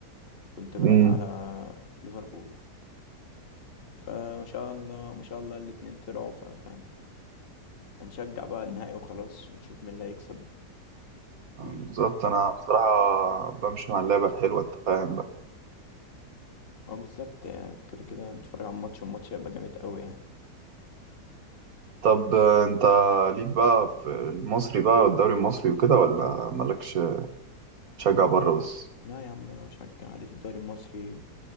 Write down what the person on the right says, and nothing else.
امم
بالظبط انا بصراحة بمشي مع اللعبة الحلوة انت فاهم بقى
طب آه، انت ليك بقى في المصري بقى والدوري المصري وكده ولا مالكش تشجع
بره بس